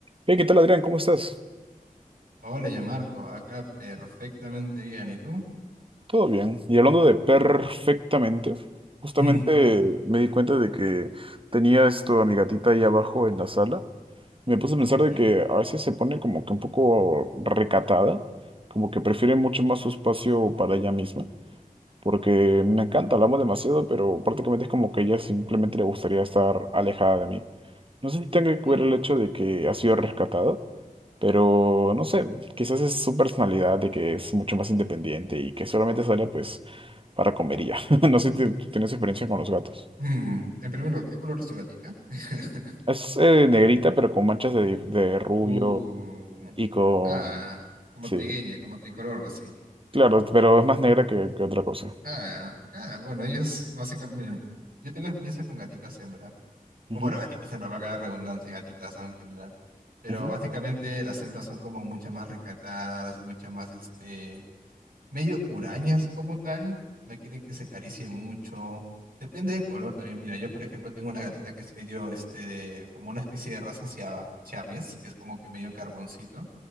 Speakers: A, on the right (about 35°); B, on the right (about 80°).
A: Hey, ¿qué tal, Adrián? ¿Cómo estás?
B: Hola, ya Marco, acá perfectamente bien. ¿Y tú?
A: Todo bien. Y hablando de perfectamente, justamente
B: Mm, Ah,
A: me di cuenta de que tenía esto a mi gatita ahí abajo en la sala. Me puse a pensar
B: ujú,
A: de que a veces se pone como que un poco recatada, como que prefiere mucho más su espacio para ella misma. porque me encanta, la amo demasiado, pero prácticamente es como que ella simplemente le gustaría estar alejada de mí. No sé si tenga que
B: mm,
A: ver el hecho
B: mm.
A: de que ha sido rescatada, pero no sé, quizás es su personalidad de que es mucho más independiente y que solamente sale pues para comer y ya. <laughs> No sé si tú tienes experiencia con los gatos.
B: mm, En primer lugar, ¿qué color es tu gatita? <laughs>
A: Es eh, negrita, pero con manchas de, de rubio
B: Uh,
A: y con...
B: ah, como
A: Sí,
B: trigueña, como tricolor, así.
A: claro, pero es más negra que, que otra cosa.
B: Ah, ah, bueno, ellos básicamente. Yo tengo experiencia con gatitas hembra. O
A: Ujú,
B: Bueno, gatitas hembra va a quedar redundancia, gatitas, ¿no? En general. Pero
A: ujú,
B: básicamente las hembras son como muchas más recatadas, muchas más este. medio hurañas como tal, no quieren que se acaricie mucho. Depende del color también. Mira, yo por ejemplo tengo una gatita que es medio, este, de- como una especie de raza siamés, que es como que medio carboncito.